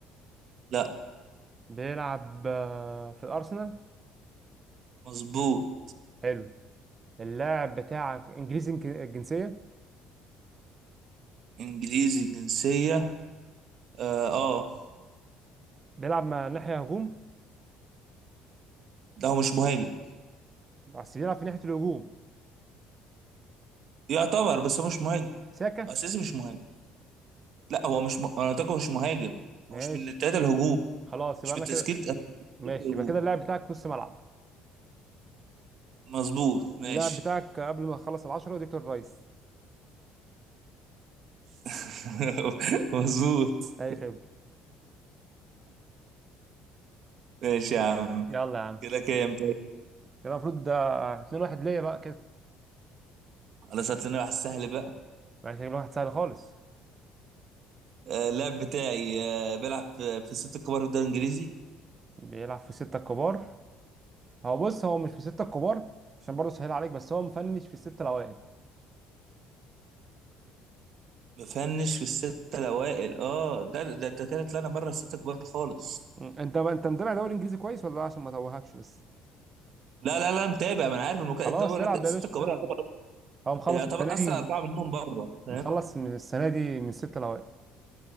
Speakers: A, on the right; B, on the right.
A: لا
B: بيلعب آه، في الارسنال
A: مظبوط
B: حلو اللاعب بتاعك انجليزي الجنسيه
A: انجليزي جنسيه اه آه.
B: بيلعب مع ناحيه هجوم
A: لا هو مش مهاجم
B: بس بيلعب في ناحيه الهجوم
A: يعتبر بس هو مش مهاجم
B: ساكا
A: اساسي مش مهاجم لا هو مش م... انا قلت لك هو مش مهاجم
B: ماشي
A: هو مش من التلاته الهجوم
B: خلاص يبقى
A: مش
B: انا
A: من تشكيله
B: كده
A: مش من
B: ماشي
A: تشكيلة الهجوم
B: يبقى كده اللاعب بتاعك نص ملعب
A: مظبوط ماشي
B: اللاعب بتاعك قبل ما تخلص العشرة ديكلان رايس
A: <laughs> مظبوط
B: اي خبرة
A: ماشي يا عم
B: يلا يا عم
A: كده كام طيب
B: كده المفروض ده 2 1 ليا بقى كده
A: خلاص هات لنا واحد سهل بقى
B: ماشي شكل واحد سهل خالص
A: آه، اللاعب بتاعي آه، بيلعب في في الست الكبار في الدوري الانجليزي
B: بيلعب في الستة الكبار هو بص هو مش في الستة الكبار عشان برضه سهل عليك بس هو مفنش في الستة الاوائل
A: مفنش في الستة الاوائل اه ده ده انت كده طلعنا بره الستة الكبار خالص
B: مم. انت بقى انت متابع دوري انجليزي كويس ولا لا؟ عشان ما توهكش بس
A: لا لا لا متابع ما انا عارف المكا...
B: خلاص
A: بقول
B: العب
A: لك الستة
B: يا باشا
A: الكبار
B: العب
A: يعتبر
B: هو مخلص
A: يعتبر
B: السنة
A: اصلا
B: دي
A: اربعة منهم بره فاهم
B: مخلص من السنة دي من الستة الاوائل